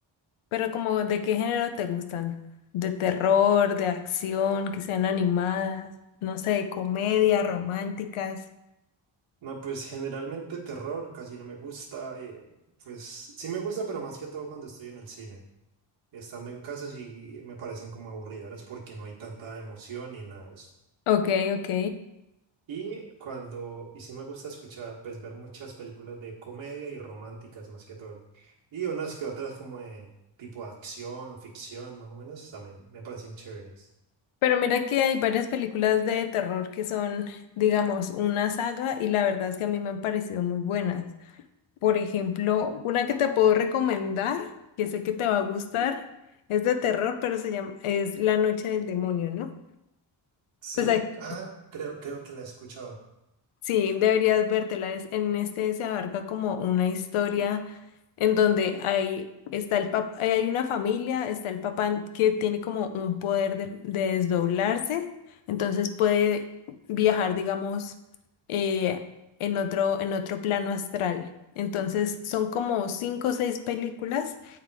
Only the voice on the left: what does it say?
Pero como, ¿de qué género te gustan? ¿De terror, de acción, que sean animadas? No sé, comedia, románticas.
Ok, ok.
Pero mira que hay varias películas de terror que son, digamos, una saga y la verdad es que a mí me han parecido muy buenas. Por ejemplo, una que te puedo recomendar, que sé que te va a gustar, es de terror, pero se llama, es La Noche del Demonio, ¿no?
Pues ac-
Sí, deberías vértela. Es- en este se abarca como una historia en donde hay, está el pap- eh, hay una familia, está el papá que tiene como un poder de, de desdoblarse, entonces puede viajar, digamos, eh, en otro, en otro plano astral. Entonces son como cinco o seis películas